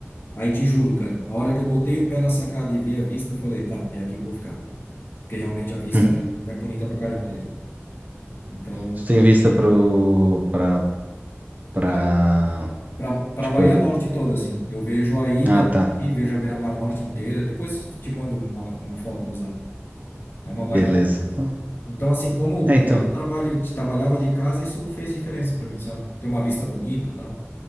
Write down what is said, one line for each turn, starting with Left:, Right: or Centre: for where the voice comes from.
Left: Aí te juro, cara, a hora que eu botei o pé na sacada e vi a vista, falei, tá, é aqui que eu vou ficar. Porque realmente a vista
Right: <laughs>
Left: é, é bonita pra caramba daqui. Então,
Right: Tu tem vista pro, pra, pra.
Left: cara, pra, pra
Right: Tipo
Left: Bahia
Right: ali.
Left: Norte toda, assim, eu vejo a ilha
Right: Ah, tá.
Left: e vejo a Beira-Mar Norte inteira. Depois te mando uma, uma foto no Zap. É uma baita.
Right: Beleza. Não.
Left: Então, assim, como,
Right: É,
Left: como
Right: então.
Left: eu trabalho, trabalhava de casa, isso fez diferença pra mim, sabe? Ter uma vista bonita e tal.